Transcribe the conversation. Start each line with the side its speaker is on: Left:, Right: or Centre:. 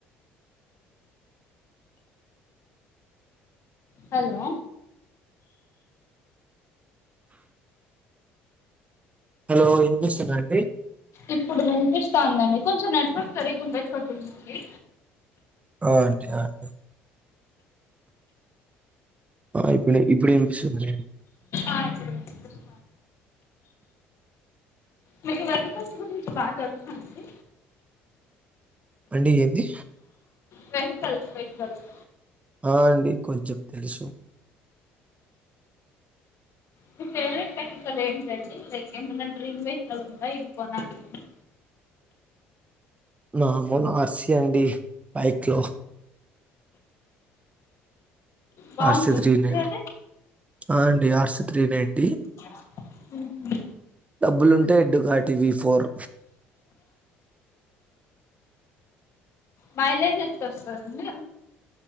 Left: హలో
Right: హలో వినిపిస్తుంది అండి
Left: ఇప్పుడు వినిపిస్తాందండి కొంచెం నెట్వర్క్ సరిగి ఉండే చోటుందండి
Right: ఆ అండి ఆ అండి ఆ ఇప్పుడ ఇప్పుడ ఎనిపిస్తుంది
Left: ఆ ఇప్పుడు వినిపిస్తుంది మీ వర్గికల్స్ గురించి బాగా తెలుసా అండి
Right: అండి ఏే అది
Left: వెహికల్స్ వెహికల్స్
Right: ఆ అండి కొంచెం తెలుసు
Left: మీ ఫేవరెట్ వెహికల్ ఏంటండి లైక్ ఏమన్నా డ్రీమ్ వెహికల్ ఉందా ఇది కొనాలి అని
Right: నామూలు ఆర్సిీ అండి బైక్ లో
Left: బాగుంటుందా
Right: అర్సద్రీండి
Left: అండి అది
Right: ఆర్స్ త్రీ నట్
Left: అ హ్మ్మ్
Right: డబ్బులుంటే ఎడ్డు కాటి వి ఫోర్
Left: మైలేజ్ ఎట్ల వస్తుందండి